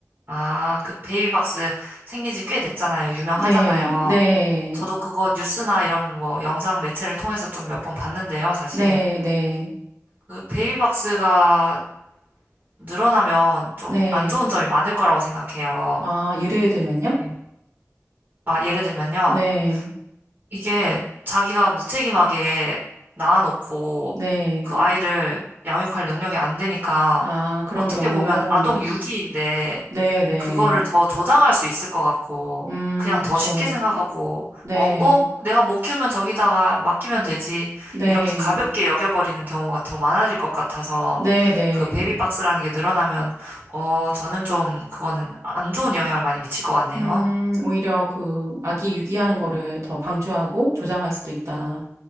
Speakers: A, on the right (about 40°); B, on the right (about 70°).
A: 아, 그 베이비박스 생긴 지 꽤 됐잖아요. 유명하잖아요.
B: 네, 네,
A: 저도 그거 뉴스나 이런 뭐 영상 매체를 통해서 좀 몇 번 봤는데요, 사실.
B: 네, 네,
A: 그 베이비박스가 늘어나면 좀
B: 네.
A: 안 좋은 점이 많을 거라고 생각해요.
B: 아, 예를 들면요?
A: 네. 아, 예를 들면요.
B: 네,
A: 이게 자기가 무책임하게 낳아놓고
B: 네.
A: 그 아이를 양육할 능력이 안 되니까
B: 아, 그런
A: 어떻게
B: 경우.
A: 보면 아동 유기인데
B: 네, 네.
A: 그거를 더 조장할 수 있을 것 같고
B: 음,
A: 그냥
B: 그쵸.
A: 더 쉽게 생각하고
B: 네,
A: 어, 뭐 내가 못 키우면 저기다가 맡기면 되지
B: 네,
A: 이렇게 가볍게 여겨버리는 경우가 더 많아질 것 같아서
B: 네, 네.
A: 그 베이비박스라는 게 늘어나면 어, 저는 좀 그거는 안 좋은 영향을 많이 미칠 것 같네요.
B: 음, 오히려 그 아기 유기하는 거를 더 방조하고 조장할 수도 있다.